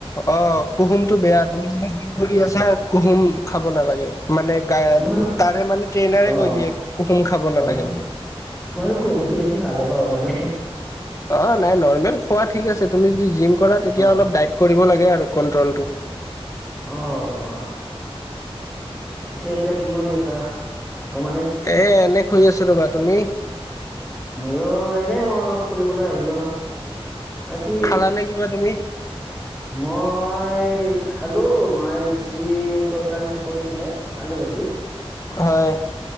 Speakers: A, on the left; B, in the centre.
A: অ কুহুমটো বেয়া তুমি কৰি আছা হেৰি খাব নালাগে মানে গাইঅড
B: মোৰ
A: তাৰে মানে ট্ৰেইনাৰে
B: অ
A: কৈ দিয়ে কুকিম খাব নালাগে
B: অ
A: বুলি
B: মই আৰু কুহুমটো বেছি ভালে পাওঁ মানে
A: অ', নাই নৰ্মেল খোৱা ঠিক আছে তুমি যদি জিম কৰা তেতিয়া
B: অ
A: অলপ ডাইট কৰিব লাগে আৰু। কণ্ট্ৰলটোম।
B: আহ। পিছে এতিয়া কি কৰি আছা অ মানে
A: এ এনে শুই আছো ৰবা তুমি
B: মইও এনে মই অলপ ফুৰিবলৈ আহিল আজি
A: খালানে কিবা তুমি
B: মই এই খালো মাহ লুচি তৰকাৰী কৰি দিলে আলু ভাজি।
A: হয়।